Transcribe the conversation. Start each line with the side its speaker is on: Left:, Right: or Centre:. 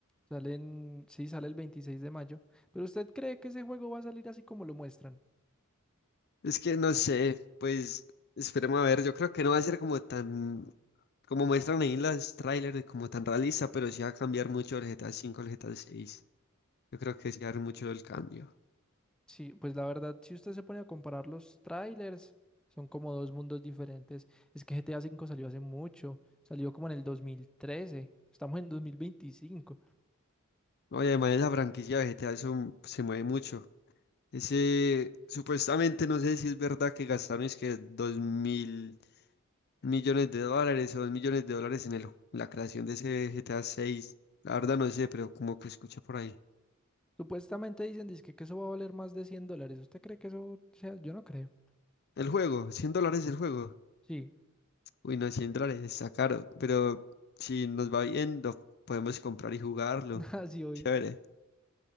Centre: Sale en, sí, sale el 26 de mayo. Pero ¿usted cree que ese juego va a salir así como lo muestran?
Left: Es que no sé, pues esperemos a ver, yo creo que no va a ser como tan, como muestran ahí en las trailers, como tan realista, pero sí va a cambiar mucho el GTA cinco, al GTA seis. Yo creo que sí va a haber mucho el cambio.
Centre: Sí, pues la verdad, si usted se pone a comparar los trailers, son como dos mundos diferentes. Es que GTA V salió hace mucho, salió como en el 2013. estamos en 2025.
Left: No, y además esa franquicia vegetal se mueve mucho. Ese, supuestamente, no sé si es verdad que gastaron es que dos mil millones de dólares o dos millones de dólares en el, la creación de ese GTA 6. La verdad no sé, pero como que escuché por ahí.
Centre: Supuestamente dicen, dizque que eso va a valer más de 100 dólares. ¿Usted cree que eso sea? Yo no creo.
Left: El juego, 100 dólares el juego.
Centre: Sí,
Left: Uy, no, 100 dólares está caro, pero si nos va bien, lo podemos comprar y jugarlo.
Centre: <laughs> así obvio.
Left: Chévere.